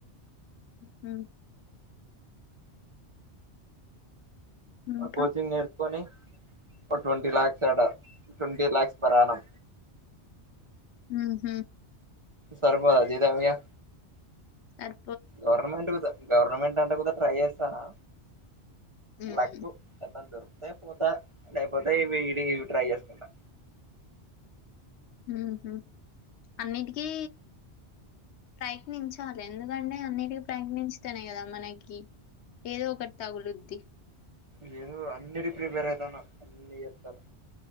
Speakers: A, on the left; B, on the right.
A: హ ఇంకా
B: ఆ కోచింగ్ నేర్చుకొని ట్వంటీ లాక్స్ అడా ట్వంటీ లాక్స్ పర్ యాణం
A: ఊహు
B: సర్పరాజిదమ్య
A: అర్
B: గవర్నమెట్ విధ గవర్నమెంట్ అంట కూడా ట్రై చేస్తానా
A: ఉమ్
B: లకు చెప్పొద్దు ఇంతా లేకపోతే ఇవి ఇడి ఇ ట్రై చేసుకుంటా
A: ఊహు అన్నిటికీ ప్రయత్నించాలి ఎందుకంటే అన్నిటికిీ ప్రయత్నించితేనే కదా మనకి ఏదో ఒకటి తగులుద్ది
B: హా అన్నిటికి ప్రిపేర్ అయితనా అన్ని ఎస్తాను